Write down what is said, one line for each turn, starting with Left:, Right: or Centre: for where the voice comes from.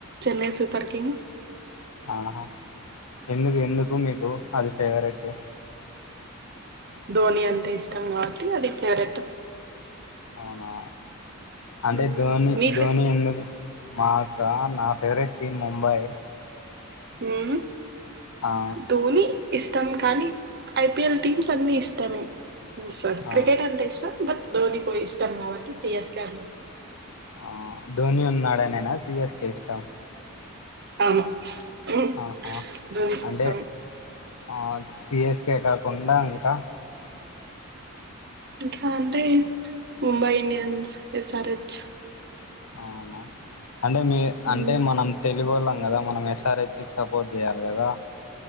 Right: చెన్నై సూపర్ కింగ్స్
Left: ఆహా ఎందుకు ఎందుకు మీకు అది ఫేవరెట్
Right: ధోని అంటే ఇష్టం కాబట్టి అది ఫేవరెట్
Left: అవునా అంటే
Right: ఉమ్,
Left: ధోని
Right: మీ
Left: ధోని
Right: ఫే
Left: ఎందుక్ మాకా నా ఫేవరెట్ టీమ్ ముంబై
Right: హుమ్
Left: ఆ
Right: ధోని ఇష్టం కానీ ఐపీఎల్ టీమ్స్ అన్నిఇష్టమే సార్
Left: ఆ
Right: క్రికెట్ అంతే ఇష్ట బట్ దోని కో ఇష్టమం గావట్టి సిఎస్ కె ఆడినం
Left: ఆ ధోని ఉన్నాడనేనా సిఎస్కె ఇష్టం
Right: అవును మ్మ్
Left: ఆహా
Right: ధోని కోసమే
Left: అంటే ఆ సిఎస్కే కా కొడా ఇంక
Right: ఇట్లా అంటే ముంబై ఇండియన్స్ ఎస్ఆర్ హెచ్
Left: అవున అంటే మీ అంటే
Right: మ్మ్
Left: మనం తెలుగోళం కదా మనం ఎస్ఆర్ హెచ్ కి సపోర్ట్ చేయాలి కదా